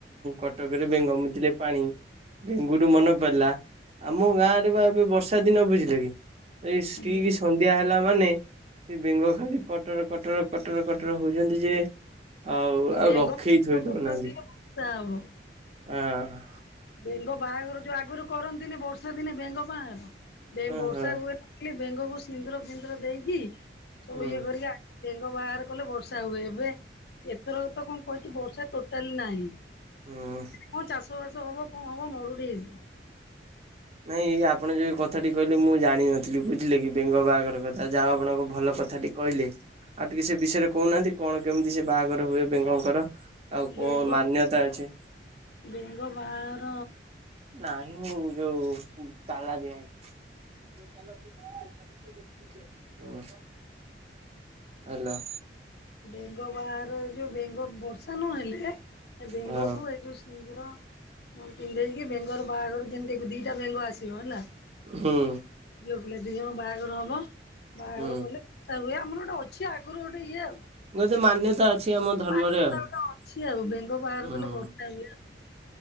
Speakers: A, on the right; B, on the left.
A: କଟକରେ ବେଙ୍ଗ ମୁୁତିଲେ ପାଣି। ବେଙ୍ଗରୁ ମନେ ପଡିଲା ଆମ ଗାଁ ରେ ବା ଏବେ ବର୍ଷା ଦିନ ବୁଝ ଏଇ ଷ୍ଟିକି
B: ଆଜ୍ଞା
A: ସନ ନ୍ଧ୍ୟା ହେଲା ମାନେ ସେ ବେଙ୍ଗ ଖାଲି କଟର କଟର କଟର କଟର ହଉଛନ୍ତି ଯେ ଆଉ
B: ବେଙ୍ଗ
A: ଆଉ ରଖେଇ
B: କଟର
A: ଥୋଇଦଉନାହାନ୍ତି
B: କଟର ହେଲେ ବର୍ଷା ହବ।
A: ହଁ
B: ବେଙ୍ଗ ବାହାଘର ଯୋଉ ଆଗରୁ କରନ୍ତିନି ବର୍ଷା ଦିନେ ବେଙ୍ଗ ବାହାଘର
A: ଓହୋ
B: ବର୍ଷା ହୁଏ ଲି ବେଙ୍ଗକୁ ସିନ୍ଦୁର ଫିନ୍ଦୁର ଦେଇକି ସବୁ
A: ହୁଁ।
B: ଇଏ କରିକି ଆ ବେଙ୍ଗ ବାହାର କଲେ ବର୍ଷା ହୁଏ ଏବେ ଏଥର ତ କଣ କଛି ବର୍ଷା ଟୋଟାଲି ନାହିଁ।
A: ହୁଁ
B: କଣ ଚାଷ ବାସ ହବ କଣ ହବ ମରୁଡି ହେଇଯିବ।
A: ନାଇଁ ଏଇ ଆପଣ ଯୋଉ କଥାଟି କହିଲେ ମୁଁ ଜାଣିନଥିଲି ବୁଝିଲେ କି ବେଙ୍ଗ ବାହାଘର କଥା ଯାହା ଆପଣଙ୍କ ଭଲ କଥାଟି କହିଲେ ଆଉ ଟିକେ ସେ ବିଷୟରେ କହୁନାହାନ୍ତି କଣ କେମିତି ସେ ବାହାଘର ହୁଏ ବେଙ୍ଗଙ୍କର ଆଉ କଣ
B: ବେଙ୍ଗ
A: ମାନ୍ୟତା ଅଛି।
B: ବେଙ୍ଗ ବାହାଘର
A: ନହିଁ ଯୋଉ ତାଲା ଦିଆହେଇ <inaudible> ହୁଁ ହ୍ୟାଲୋ
B: ବେଙ୍ଗ ବାହାର ଯୋଉ ବେଙ୍ଗ ବର୍ଷା ନହେଲେ। ଏ ବେଙ୍ଗକୁ
A: ହଁ
B: ଏ ଯୋଉ ସିନ୍ଦୁର ମୁଁ ପିନ୍ଧେଇକି ବେଙ୍ଗର ବାହାଘର ଯେମିତି ଦିଟା ବେଙ୍ଗ ଆସିବ ହେଲା।
A: ହଁ
B: କହିଲେ ଦି ଜଣ ବାହାଘର ହବ ବାହାଘର
A: ହୁଁ।
B: କଲେ ତା ବୋଲି ଆମର ଗୋଟେ ଅଛି ଆଗରୁ ଗୋଟେ ଇଏ ଆଉ।
A: ଗୋଟେ ମାନ୍ୟତା ଅଛି ଆମ ଧର୍ମରେ
B: ମାନ୍ୟତା
A: ହୁଁ
B: ଗୋଟେ ଅଛି ଆଉ ବେଙ୍ଗ ବାହାଘର କଲେ ବର୍ଷା ହୁଏ ଆଉ।